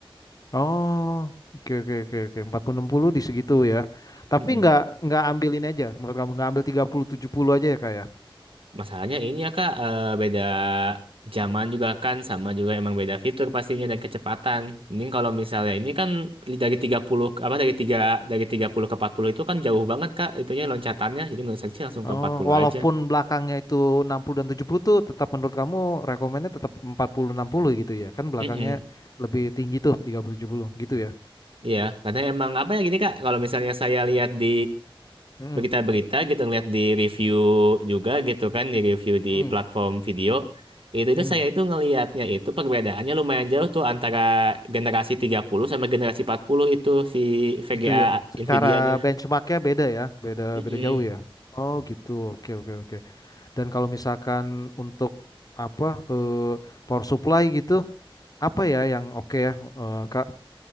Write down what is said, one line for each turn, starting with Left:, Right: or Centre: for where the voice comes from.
Left: Oh, oke oke oke oke. empat puluh enam puluh di segitu ya. Tapi
Right: Hmm.
Left: nggak nggak ambil ini aja. Menurut kamu nggak ambil tiga puluh tujuh puluh aja ya kak ya?
Right: Masalahnya ini ya Kak, eh, beda zaman juga kan, sama juga emang beda fitur pastinya dan kecepatan. Mending kalau misalnya ini kan dari 30 ke- apa dari tiga dari 30 ke 40 itu kan jauh banget Kak, itunya loncatannya. Jadi menurut saya sih langsung ke
Left: Oh,
Right: empat puluh
Left: walaupun
Right: aja.
Left: belakangnya itu 60 dan 70 tuh tetap menurut kamu rekomennya tetap empat puluh enam puluh gitu ya. Kan belakangnya
Right: Mm-mm.
Left: lebih tinggi tuh tiga puluh tujuh puluh gitu ya.
Right: Iya, karena emang apa ya gini Kak, kalau misalnya saya lihat di
Left: Hmm.
Right: berita-berita gitu, ngeliat di review juga gitu kan, di review di
Left: Hmm.
Right: platform video, itu itu
Left: Hmm.
Right: saya itu ngelihatnya itu perbedaannya lumayan jauh tuh antara generasi 30 sama generasi 40 itu si VGA
Left: Gitu ya. Secara
Right: Nvidia-nya.
Left: benchmarknya beda ya. Beda
Right: Mm-mm.
Left: beda jauh ya. Oh gitu, oke oke oke. Dan kalau misalkan untuk apa eh, power supply gitu, Apa ya yang oke ya, eh, Kak?